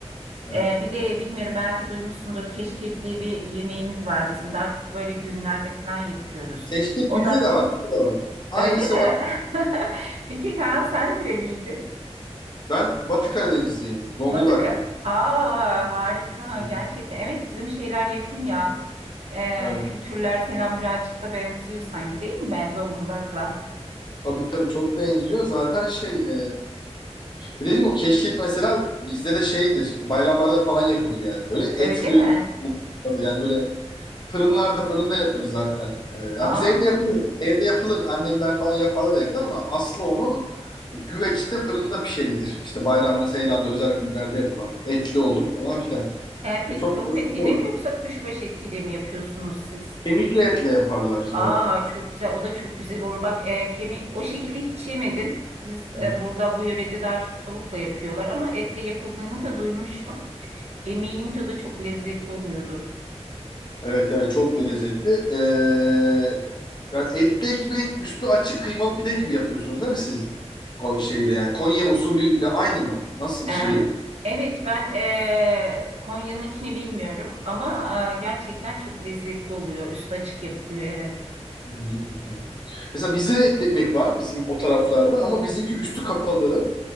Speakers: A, on the left; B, on the right.
A: Evet.
B: E, bir de bilmiyorum belki duymuşsundur keşkek diye bir yemeğimiz var bizim. Daha çok böyle düğünlerde falan yapıyoruz.
A: Keşkek
B: O
A: bizde
B: da
A: de var. Bizde de var. Aynısı
B: öyle mi?
A: var.
B: <laughs> Peki Kaan sen nereliydin?
A: Ben Batı Karadenizliyim. Zonguldaklıyım.
B: Batı Ka- Aa harika
A: Hı
B: gerçekten.
A: hı.
B: Evet bizim şeyler yakın ya. Ee,
A: Evet.
B: kültürler falan birazcık da benziyor sanki değil mi Zonguldak'la?
A: Tabii tabii çok benziyor. Zaten şey e, dediğim gibi o keşkek mesela bizde de şeydir. Bayramlarda falan yapılır yani. Böyle etli
B: Öyle mi?
A: tabii yani böyle Fırınlarda fırında yapılır zaten. Ee,
B: Aa,
A: ya biz evde yapılır. Evde yapılır. Annemler falan yaparlar evde ama aslı onun güveçte fırında pişenidir. İşte bayramda, seyranda, özel günlerde yapılan. Etli olur falan filan.
B: e, peki
A: E, çok
B: tavuk
A: lezzetli
B: etiyle
A: olur.
B: mi yoksa kuşbaşı etiyle mi yapıyorsunuz siz?
A: Kemikli etle yaparlar bizim
B: Aa
A: orada.
B: çok güzel o da çok güzel olur. Bak e, kemiği o şekilde hiç yemedim. Biz e,
A: Hı hı.
B: burada bu yörede daha çok tavukla yapıyorlar ama etle yapıldığını da duymuştum. Eminim ki o da çok lezzetli oluyordur.
A: Evet evet çok lezzetli. Ee, yani etli ekmek üstü açık kıymalı pide gibi yapıyorsunuz değil mi siz? O şeyde yani Konya usulüyle aynı mı? Nasıl
B: E,
A: şeyi?
B: evet ben e, Konya'nınkini bilmiyorum ama e, gerçekten çok lezzetli oluyor. Üstü açık yapılıyor evet.
A: Hı hı. Mesela bizde de et ekmek var bizim o taraflarda ama bizimki üstü kapalı.